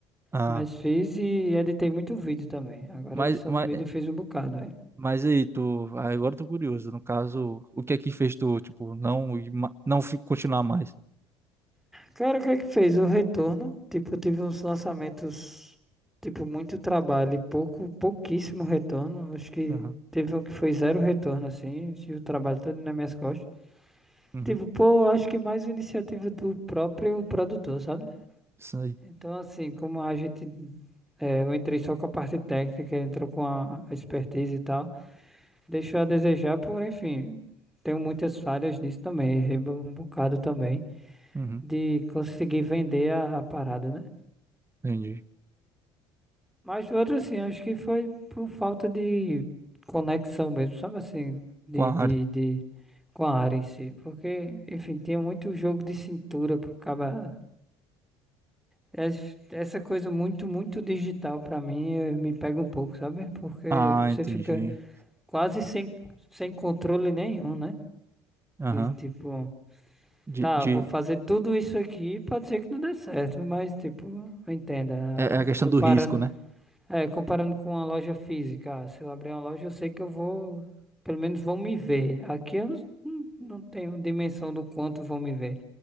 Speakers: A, on the right (about 15°); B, in the centre.
A: Ah.
B: Mas fiz e editei muito vídeo também. Agora,
A: Mas,
B: edição
A: mas
B: de vídeo eu fiz um bocado, velho.
A: Mas aí, tu, ah, agora eu tô curioso. No caso, o que é que fez tu, tipo, não, ir ma- não fi- continuar mais?
B: Cara, o que é que fez? O retorno. Tipo, eu tive uns lançamentos. Tipo, muito trabalho e pouco, pouquíssimo retorno. Acho que
A: Aham,
B: teve um que foi zero retorno, assim, e o trabalho todo nas minhas costas.
A: uhum,
B: Tipo, pô, acho que mais iniciativa do próprio produtor, sabe?
A: Isso aí.
B: Então, assim, como a gente. é, eu entrei só com a parte técnica, ele entrou com a a expertise e tal. Deixou a desejar, por enfim, tenho muitas falhas nisso também. Errei um bocado também
A: Uhum,
B: de conseguir vender a, a parada, né?
A: entendi.
B: Mas outro assim, acho que foi por falta de conexão mesmo, sabe assim, de,
A: Qual
B: de,
A: a área?
B: de com a área em si. Porque, enfim, tinha muito jogo de cintura pro cara. Es- Essa coisa muito, muito digital pra mim eh, me pega um pouco, sabe? Porque
A: Ah,
B: você
A: entendi.
B: fica quase sem, sem controle nenhum, né?
A: Aham.
B: De tipo,
A: De,
B: tá,
A: de...
B: vou fazer tudo isso aqui, pode ser que não dê certo, mas tipo, entenda,
A: É é a questão
B: comparando
A: do risco, né?
B: É, comparando com uma loja física, ah, se eu abrir uma loja, eu sei que eu vou, pelo menos vão me ver. Aqui eu não, não tenho dimensão do quanto vão me ver,